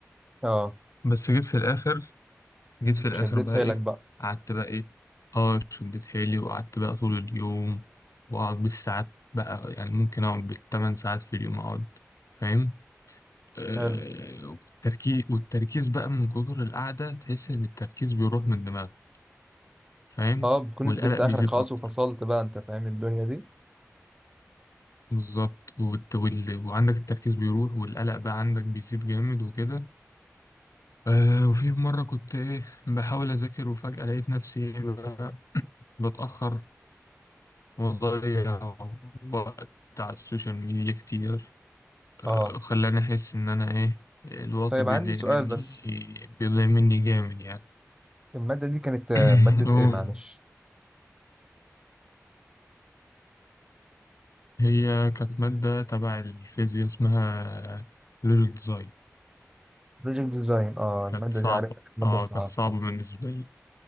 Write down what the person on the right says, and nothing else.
اه
شديت
حيلك
بقى
حلو
اه بتكون
انت جبت
اخرك خلاص
وفصلت بقى انت فاهم الدنيا دي
اه
طيب
عندي سؤال
بس
المادة دي كانت آه،
مادة
ايه معلش
بروجكت ديزاين اه المادة
دي عارفها كانت مادة
صعبة
اه